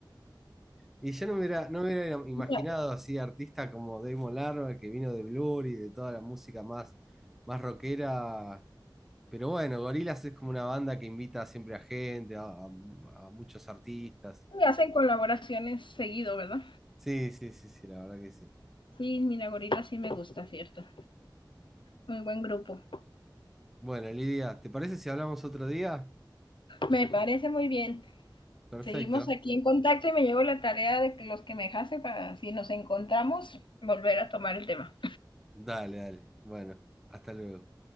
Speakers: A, in the centre; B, on the left.
A: Y yo no me hubiera, no me hubiera imaginado
B: Ya-
A: así artista como Damon Albarn, que vino de Blur y de toda la música más, más rockera. Pero bueno, Gorillaz es como una banda que invita siempre a gente, a, a- a muchos artistas.
B: y hacen colaboraciones seguido, ¿verdad?
A: Sí, sí, sí, sí, la verdad que sí.
B: Sí, Mina Gorila sí me gusta, cierto. Muy buen grupo.
A: Bueno, Lidia, ¿te parece si hablamos otro día?
B: Me parece muy bien.
A: Perfecto.
B: Seguimos aquí en contacto y me llevo la tarea de que los que me dejaste para si nos encontramos volver a tomar el tema.
A: Dale, dale. Bueno, hasta luego.